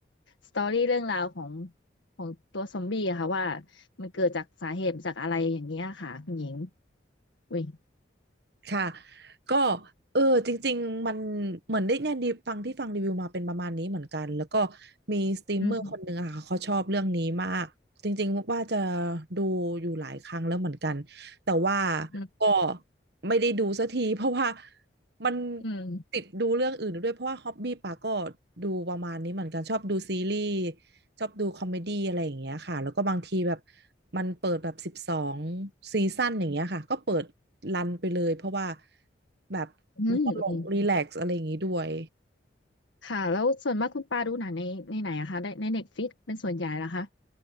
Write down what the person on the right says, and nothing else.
ค่ะก็เออจริงๆมันเหมือนได้เนี่ยดีฟังที่ฟังรีวิวมาเป็นประมาณนี้เหมือนกันแล้วก็มีสตรีมเมอร์คนหนึ่งอะค่ะเขาชอบเรื่องนี้มากจริงๆว่าจะ
ดูอยู่หลายครั้งแล้วเหมือนกันแต่ว่า
ก็ไม่ได้ดูสักทีเพราะว่า มัน
ติดดูเรื่องอื่นด้วยเพราะว่าฮ็อบบี้ปาก็ดูประมาณนี้เหมือนกันชอบดูซีรีส์ชอบดูคอมเมดี้อะไรอย่างเงี้ยค่ะแล้วก็บางทีแบบมันเปิดแบบสิบสองซีซั่นอย่างเงี้ยค่ะก็เปิดรันไปเลยเพราะว่าแบบมันตลกรีแลกซ์อะไรอย่างงี้ด้วย